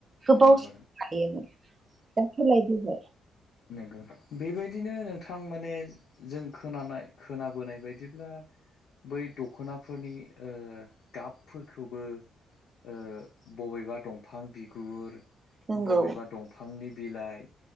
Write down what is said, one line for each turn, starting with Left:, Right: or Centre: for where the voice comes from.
Right: गोबाव
Left: नंगौ
Right: सम लायोमोन दा सोलायबोबाय
Left: नोंगौ बेबायदिनो नोंथां माने जों खोनानाय खोनाबोनाय बायदिब्ला बै दख'नाफोरनि ओ गाबफोरखौबो ओ बबेबा दंफां बिगुर
Right: नंगौ
Left: बबेबा दंफांनि बिलाइ